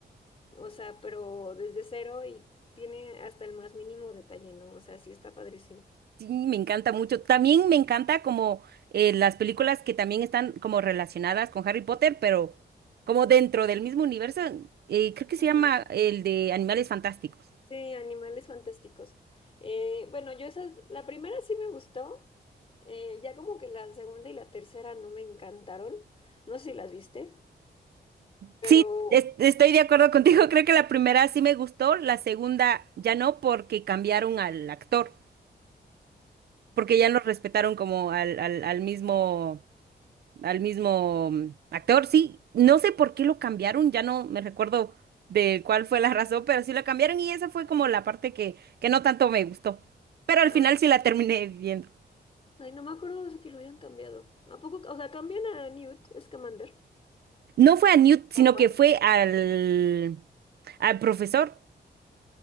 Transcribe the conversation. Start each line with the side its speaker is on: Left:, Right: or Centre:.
Left: o sea, pero desde cero y tiene hasta el más mínimo detalle, ¿no? O sea, sí está padrísimo.
Right: sí, me encanta mucho. También me encanta como eh, las películas que también están como relacionadas con Harry Potter, pero como dentro del mismo universo, eh, creo que se
Left: Ajá.
Right: llama el de Animales Fantásticos.
Left: Sí, Animales Fantásticos. Eh, bueno, yo esas, la primera sí me gustó, eh, ya como que la segunda y la tercera no me encantaron, no sé si las viste, pero...
Right: Sí, es- estoy de acuerdo contigo. <laughs> Creo que la primera sí me gustó, la segunda ya no, porque cambiaron al actor, porque
Left: cambi-
Right: ya no respetaron como al, al, al mismo, al mismo mm, actor. Sí, no sé por qué lo cambiaron, ya no me recuerdo de cuál fue la <laughs> razón, pero sí lo cambiaron y esa fue como la parte que, que no tanto me gustó. Pero al
Left: Ay,
Right: final sí la terminé viendo.
Left: ay, no me acuerdo de que lo hayan cambiado. ¿A poco? O sea, cambian a Newt Scamander.
Right: No fue a Newt, sino
Left: ¿O a cuál?
Right: que fue al, al profesor.